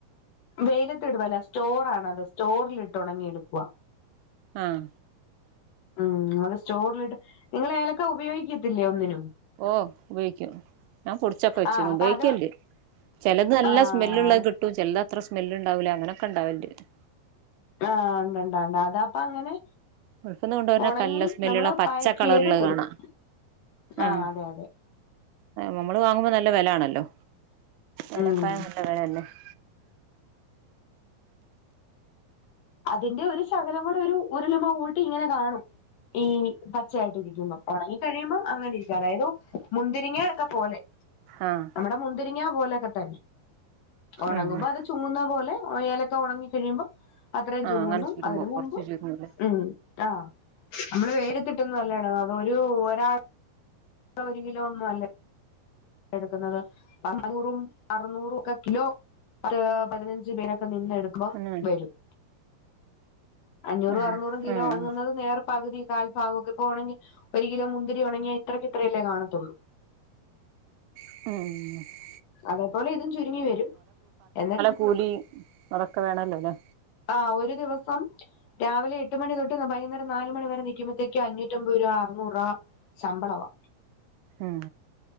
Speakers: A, on the left (about 65°); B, on the right (about 80°).
A: വെയിലത്തിടുവല്ലാ സ്റ്റോറാണത് സ്റ്റോറിലിട്ട് ഉണങ്ങി എടുക്കുവാ
B: ആഹ്
A: ഉം അപ്പൊ സ്റ്റോറിലിട്ട് നിങ്ങൾ ഏലക്ക ഉപയോഗിക്കത്തില്ലേ ഒന്നിനും
B: ഓ ഉപയോഗിക്കും ഞാൻ പൊടിച്ചൊക്കെ വെച്ചിനു
A: ആഹ് അപ്പൊ
B: ഉപയോഗിക്കല്ണ്ട്
A: അത്
B: ചെലത് നല്ല
A: ആഹ്
B: സ്മെല്ള്ളത് കിട്ടും ചെൽത് അത്ര സ്മെല് ഇണ്ടാവൂല്ല അങ്ങനൊക്കെ ഇണ്ടാവൽ ണ്ട്
A: ആആഹ് ഒണ്ടൊണ്ട് ണ്ട് അതാപ്പങ്ങനെ
B: ഗൾഫ്ന്ന് കൊണ്ടുവര്നൊക്കെ
A: ഒണങ്ങി
B: നല്ല സ്മെല്ലുള്ള
A: നമ്മള് അത്
B: പച്ച
A: പാക്ക്
B: കളറ്ള്ളത്
A: ചെയ്ത് കൊടുക്കും
B: കാണാ ഉം
A: ആഹ് അതെ അതെ
B: നമ്മള് വാങ്ങുമ്പോ നല്ല വെലാണല്ലോ ഏലക്കായി
A: ഉം
B: നല്ല വെല അല്ലേ <inaudible>
A: അതിന്റെ ഒരു ശകലം കൂടെ ഒരു ഉരുളിമങ്ങോട്ട് ഇങ്ങനെ കാണും ഈ പച്ചയായിട്ടിരിക്കുമ്പൊ ഒണങ്ങി കഴിയുമ്പം അങ്ങനെ ഇരിക്കും അതായത് മുന്തിരിങ്ങ്യ ഒക്കെ പോലെ
B: ആഹ്
A: നമ്മുടെ മുന്തിരിങ്ങാ പോലൊക്കെ തന്നെ ഒണങ്ങുമ്പോ
B: ആഹ്
A: അത് ചുങ്ങുന്ന പോലെ എ ഏലക്കെ ഒണങ്ങി കഴിയുമ്പൊ അത്രയും ചുങ്ങുന്നു
B: അങ്ങനെ ചുരുങ്ങും
A: അതിന് മുമ്പ്
B: കൊറച്ച് ചുരുങ്ങൂലേ
A: ഉം ആഹ് നമ്മള് വെയ്ലത്തിട്ടൊന്നു അല്ലാഓണങ്ങാ അത് ഒരു ഒരാ ടെ ഒരു കിലോ ഒന്നും അല്ല എടുക്കുന്നത് നാനൂറും അറനൂറും ഒക്കെ കിലോ ഒരോ പതിനഞ്ച് പേരൊക്കെ നിന്നെടുക്കുമ്പ
B: അങ്ങനെ
A: വരും അഞ്ഞൂറും
B: ആഹ്
A: അറുന്നൂറും കിലോ
B: ഉം
A: വാങ്ങുന്നത് നേരെ പകുതി കാൽഭാഗൊക്കെ ഇപ്പോണെങ്കി ഒരു കിലോ മുന്തിരി ഒണങ്ങിയ ഇത്രയ്ക്ക് ഇത്രയല്ലേ കാണത്തുള്ളൂ.
B: ഉം
A: അതേപോലെ ഇതും ചുരുങ്ങി വരും എന്നിട്
B: കൂലിയും അതൊക്കെ വേണോല്ലോ ല്ലേ?
A: ആഹ് ഒരു ദിവസം രാവിലെ എട്ട്മണി തൊട്ട് വൈകുന്നേരം നാല് മണി വരെ നിക്കുമ്പഴ്ത്തേക്ക് അഞ്ഞൂറ്റമ്പത് രൂപ അറനൂറ് രൂപ ശമ്പളവാ.
B: ഉം